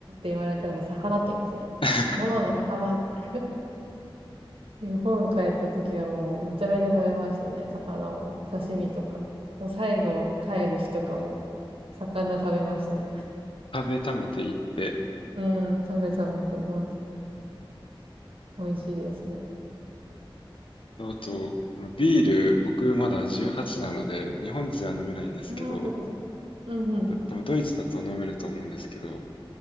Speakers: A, on the right; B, on the left.
A: 言われたらもう魚って言いますね。
B: <laughs>
A: 生の魚って。日本帰った時はもうめちゃめちゃ食べましたね、魚を。刺身とか。もう最後帰る日とかも、魚食べましたね。
B: 食べためていって。
A: うん、食べ食べて、本当に。美味しいですね。
B: あと、このビール、僕まだ18なので、日本人は飲めないんですけど、
A: ああ、そっかそっか。うんうん。
B: 多分ドイツだと飲めると思うんですけど、